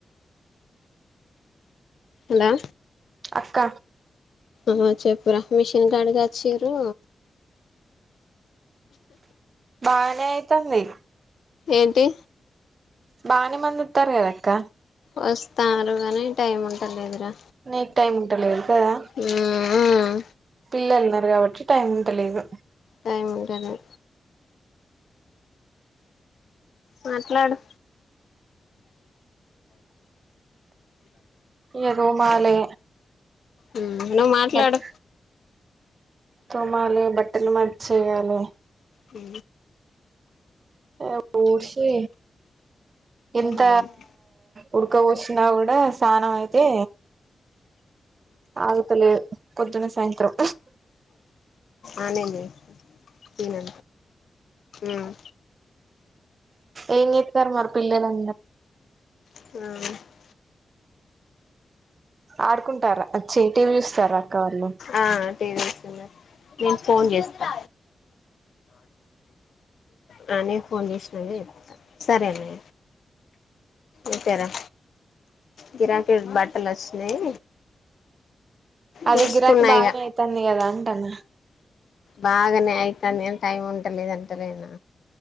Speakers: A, on the left; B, on the right.
A: హలొ
B: అక్క
A: ఆ చెప్పురా మిషన్ గడిగచ్చిరు
B: బానేయితంది
A: ఏంటి
B: బాని మంది వోతరూ కదక్క
A: వస్తారు కానీ టైం అంటర్లేదురా
B: నీకు టైమ్ ఉంటలేదు కదా.
A: మ్మ్
B: పిల్లలున్నారు కాబట్టి టైం ఉంటలేదు.
A: టైముంటన. మాట్లాడు.
B: ఈగ తోమాలే.
A: ఉమ్ నువ్వు మాట్లాడు.
B: బట్ తోమాలే బట్టలు మార్చేయాలే.
A: అ
B: ఇగ ఊర్షి ఎంత
A: దీనంత
B: ఉుడ్క పోస్తుంది. కున్న కూడా అసల్. స్నానం అయితే ఆగుతలేదు పొద్దున్న సాయంత్రం.
A: అనంద్ తిను ఉమ్.
B: ఏం చెస్తారు మరి పిల్లలు.
A: ఆ.
B: ఆడుకుంటారు అక్క చ్చి టీవీ చూస్తారు అక్క వాళ్ళు.
A: ఆ టీవస్తున్నా నేను ఫోన్ చేస్తా. ఆ నేను ఫోన్ చేసినానే చెప్తా. సరేనే. ఉంటారా గిరాకీ బట్టలు వచ్చినాయి.
B: ఆవి
A: తీసుకున్నా
B: గిరాకీ బాగా
A: ఇగ
B: అయితుంది కదా అంటాన.
A: బాగానే అయితంది కానీ టైం ఉంటలేదు ఉంటలేదు.